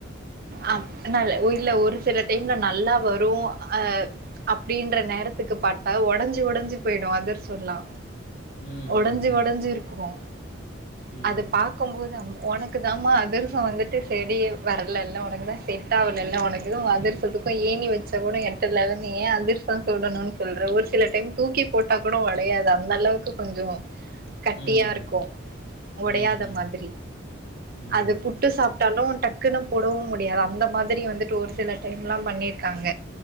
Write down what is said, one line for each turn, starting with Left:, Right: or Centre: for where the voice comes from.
Right: ஆ நா இல்ல ஒரு சில டைம்ல நல்லா வரு ஆஹ் அப்டின்ற நேரத்துக்கு பார்த்தா ஒடஞ்சு ஒடஞ்சு போயிடு அதிர்சோல்லா
Left: ம்,
Right: ஒடஞ்சி
Left: ம், ம்.
Right: ஒடஞ்சி இருக்குமோ
Left: ம்.
Right: <inaudible> அது பாக்கும்போது <unintelligible> உனக்கு தாம்மா அ திர்சோ வந்துட்டு செடி வரலல்ல உனக்கு தா செட்டாவலல்ல உனக்கு அதிரசத்துக்கு ஏணி வச்சா கூட எட்டலல்ல நீ ஏ அதிர்சோ சுடணுனு சொல்றே ஒரு சில டைம் தூக்கி போட்டா கூட ஒடையாது அந்த அளவுக்கு கொஞ்சோ கட்டியா
Left: ம்.
Right: இருக்கு ஒடையாத
Left: ம், ம்,
Right: மாதிரி
Left: ம். ம்.
Right: அது புட்டு சாப் ட்டாலு டக்குன்னு போடவு முடியாது அந்த மாதிரி வந்துட்டு ஒரு சில டைம்லா பண்ணிர்க்காங்க